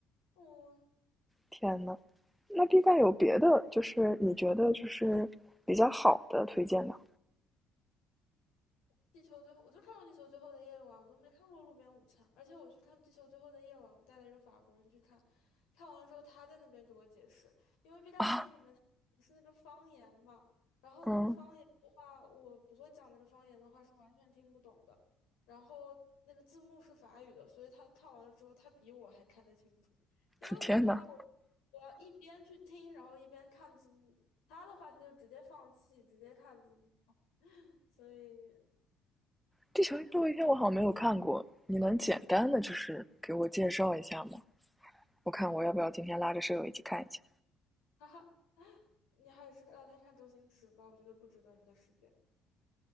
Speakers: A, on the left; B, in the centre.
A: 哦
B: 天呐，那 B 站有别的，就是你觉得就是比较好的推荐吗？
A: 地球最后，我就看过《地球最后的夜晚》，我都没看过《路边午餐》。而且我去看《地球最后的夜晚》，我带了一个法国人去看，看完了之后他在那边给我解释，因为 B 站电影里面他是那个方言嘛，
B: 啊，
A: 然后那个方言的话，
B: 嗯，
A: 我不会讲那个方言的话是完全听不懂的，然后那个字幕是法语的，所以他看完了之后，他比我还看得清楚，因为我的话，
B: <laughs> 天呐，
A: 我我要一边去听，然后一边看字幕，他的话他就直接放弃，直接看字幕，所以，
B: 地球最后一天我好像没有看过，
A: 哎呀。
B: 你能简单的就是给我介绍一下吗？我看我要不要今天拉着舍友一起看一下？
A: 嗯。<laughs> 哈哈，你还是让他看周星驰吧，我觉得不值得你的时间。元